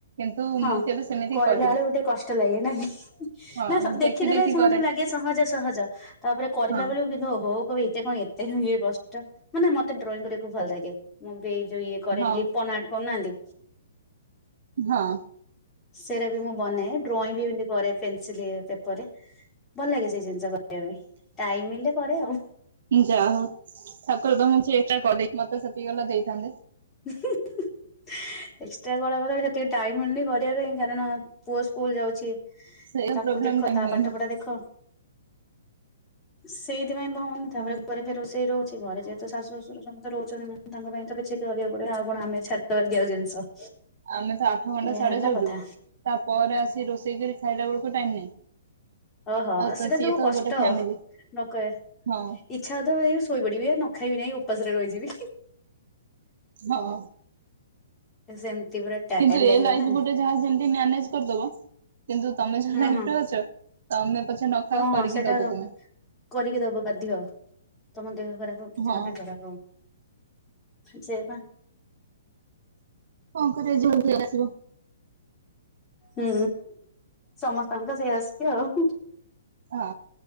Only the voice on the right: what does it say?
କିନ୍ତୁ
ମୁଁ କେବେ ସେମିତି
କରିନି
ହଁ
ଦେଖି ଦେଖି
କରେ
ହଁ
ହଁ
ହଁ
ଯାହଉ ଠାକୁର ତମକୁ <inaudible> କଲେ, ମତେ ସେତିକି ହେଲେ ଦେଇଥାନ୍ତେ।
ସେଇ
ପ୍ରୋବ୍ଲେମ
ଟା
ହଉନି।
ହଁ
ଆମେ ତ ଆଠ ଘଣ୍ଟା
ସାଡେ
ଯାଉଛୁ
ତା ପରେ ଆସିିକି ରୋଷେଇ କରି ଖାଇଲା ବେଳକୁ ଟାଇମ ନାହିଁ।
ଆଉ ତ
ସିଏ
ତ
ଗୋଟେ ଫ୍ୟାମିଲି
ହଁ
ହଁ।
କିନ୍ତୁ ଏ
ଲାଇଫ
ଗୋଟେ ଯାହା ଯେମତି ମ୍ୟାନେଜ୍ କରିଦବ। କିନ୍ତୁ ତମେ
ଯୋଉ ଲାଇଫରେ
ଅଛ, ତମେ ପଛେ ନଖାଅ
କରିକି
ଦବ ତମେ।
ହଁ
କଣ କରାଯିବ <inaudible> ଆସିବ।
ହଁ